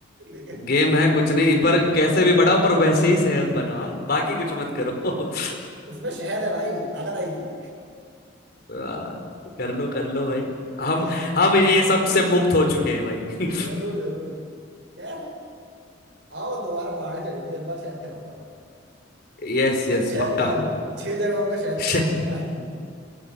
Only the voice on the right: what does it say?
लेकिन
उसमें शहद है भाई ताकत आएगी
हाँ,
बगा
जरूर जरूर क्या आओ दोबारा पहाड़ चढ़ेंगे इस बार शहद खिलाऊंगा
<laughs>
शहद
पिलाओ छह जगहों का शहद
पिलाओ इस बार